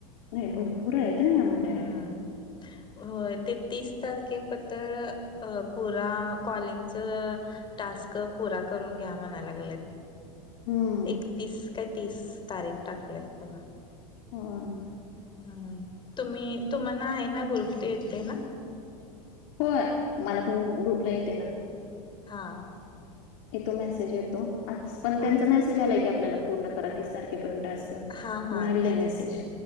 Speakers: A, on the left; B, on the left.
A: नाई भरपूर आहेत हा ह्यामध्ये
B: हा
A: ॲड
B: होय ते तीस तारखे पतर अ पुरा कॉलिंगच टास्क पुरा करून घ्या म्हणालागलेत
A: हम्म.
B: एकतीस काय तीस तारीख टाकल्यात बघा
A: होय
B: हा तुम्ही तुम्हाला आहे ना ग्रुप ते येतंय ना
A: होय मला पण ग्रुपला येतय ना
B: हा
A: की तो मेसेज येतो आज पण
B: हा.
A: त्यांचा मेसेज आलाय की आपल्याला पूर्ण करा तीस तारखेपर्यंत टास्क म्हणून
B: हा हा
A: आलेला
B: तेच
A: मेसेज
B: की